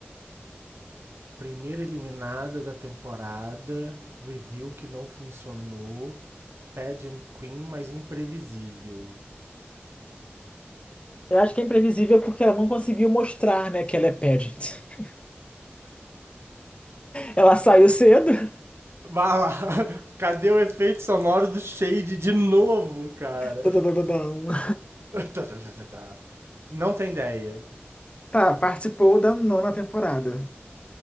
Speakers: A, on the right (about 85°); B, on the left (about 30°).
A: primeira eliminada da temporada, review que não funcionou, Pageant Queen, mas imprevisível.
B: Eu acho que é imprevisível porque ela não conseguiu mostrar, né, que ela é pageant. <laughs> Ela saiu cedo. <laughs>
A: Vá lá, <laughs> cadê o efeito sonoro do Shade de novo, cara?
B: Tududududum.
A: <laughs> Tá, tá, tá, tá, tá. Não tem ideia.
B: Tá, participou da nona temporada.